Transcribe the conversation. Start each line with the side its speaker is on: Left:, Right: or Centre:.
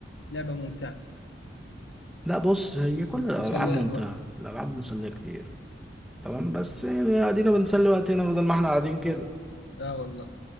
Left: لعبة ممتعة
Centre: لا بص هي كل الالعاب
Left: مسلية
Centre: ممتعة
Left: للوقت
Centre: الالعاب مسلية كتير تمام بس يعني ادينا بنسلي وقتنا بدل ما احنا قاعدين كده
Left: اه والله